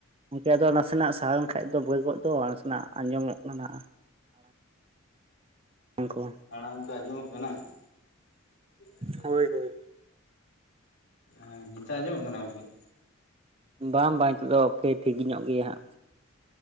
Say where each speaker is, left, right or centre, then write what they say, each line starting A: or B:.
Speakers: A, on the right (about 25°); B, on the left (about 75°).
A: ᱜᱚᱝᱠᱮ ᱟᱫᱚ ᱱᱟᱥᱮᱱᱟᱜ ᱥᱟᱦᱟ ᱞᱮᱱ ᱠᱷᱟᱱ ᱫᱚ ᱵᱟᱹᱭ ᱠᱚᱠ ᱫᱚ ᱱᱟᱥᱮᱱᱟᱜ ᱟᱸᱡᱚᱢᱚᱜ ᱠᱟᱱᱟ᱾ ᱩᱱ ᱠᱚ
B: ᱟᱲᱟᱝ ᱠᱚ ᱟᱸᱡᱚᱢᱚᱜ ᱠᱟᱱᱟ <unintelligible>
A: ᱦᱳᱭ ᱦᱳᱭ᱾
B: ᱦᱮᱸ ᱱᱤᱛᱚᱜ ᱟᱸᱡᱚᱢᱚᱜ ᱠᱟᱱᱟ ᱜᱚᱝᱠᱮ <inaudible>
A: ᱵᱟᱝ ᱵᱟᱝ ᱱᱤᱛᱚᱜ ᱫᱚ ᱳᱠᱮ ᱴᱷᱤᱠ ᱧᱚᱜ ᱜᱮᱭᱟ ᱦᱟᱸᱜ